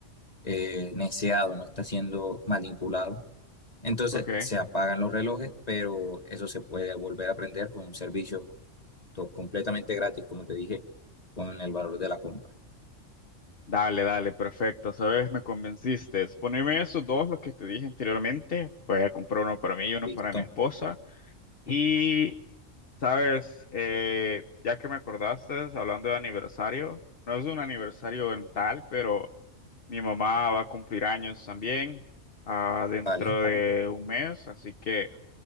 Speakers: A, on the left; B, on the left.
A: eh, neceado, no está siendo manipulado. Entonces
B: Ok.
A: se apagan los relojes, pero eso se puede volver a prender con un servicio to- completamente gratis, como te dije, con el valor de la compra.
B: Dale, dale, perfecto. Sabes, me convenciste. Poneme esos dos, los que te dije anteriormente. Voy a comprar uno para mí y uno
A: ¿Listo?
B: para mi esposa. Y, sabes, Eh, ya que me acordaste, hablando de aniversario, no es un aniversario en tal, pero mi mamá va a cumplir años también, ah, dentro
A: Vale,
B: de un mes. Así que,